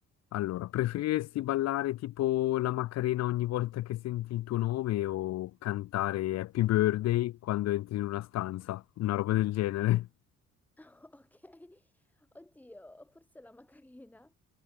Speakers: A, on the left (about 60°); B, in the centre.
A: Allora, preferiresti ballare tipo la Macarena ogni volta che senti il tuo nome o cantare Happy Birthday quando entri in una stanza? Una roba del genere. <laughs>
B: <laughs> Ok, oddio, forse la Macarena.